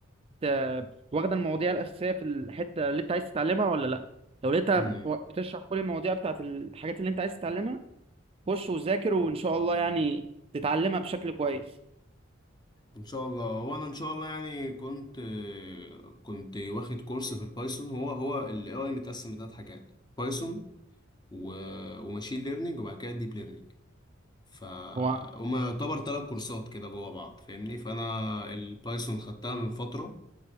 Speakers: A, on the right (about 30°); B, on the left (about 20°).
A: آه، واخده المواضيع الاساسيه في الحته اللي انت عايز تتعلمها ولا لا لو لقيتها
B: امم
A: و- بتشرح كل المواضيع بتاعت الحاجات اللي انت عايز تتعلمها خش وذاكر وان شاء الله يعني تتعلمها بشكل كويس
B: ان شاء الله وانا ان شاء الله يعني كنت كنت واخد كورس في البايثون هو هو الاي اي متقسم لثلاث حاجات بايثون و... وماشين ليرنينج وبعد كده ديب ليرنينج ف
A: هو
B: هما يعتبر ثلاث كورسات كده جوا بعض فاهمني فانا البايثون خدتها من فتره